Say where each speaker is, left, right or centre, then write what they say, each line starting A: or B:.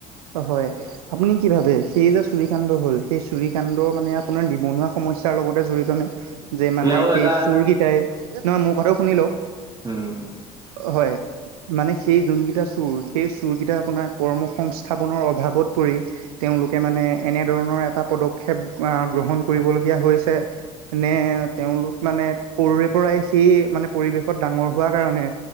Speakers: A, on the right (about 80°); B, on the right (about 20°).
A: হয় আপুনি কি ভাবে? সেই যে চুৰিকাণ্ড হ'ল, সেই চুৰিকাানণ্ড মানে আপোনাৰ নিবনুৱা সমস্যাৰ লগতে জড়িত নে? যে মানে
B: সেয়াও
A: সেই
B: এটা
A: চোৰকেইটাই নহয় মোৰ কথাও শুনি লওক
B: উম
A: হয়। মানে সেই যোনকেইটা চোৰ সেই চোৰ কেইটা আপোনাৰ কৰ্ম সংস্থাপনৰ অভাৱত পৰি তেওঁলোকে মানে এনেধৰণৰ এটা পদক্ষেপ গ্ৰহণ কৰিবলগীয়া হৈছে। নে তেওঁলোক মানে সৰুৰে পৰাই সেই মানে পৰিৱেশত ডাঙৰ হোৱা কাৰণে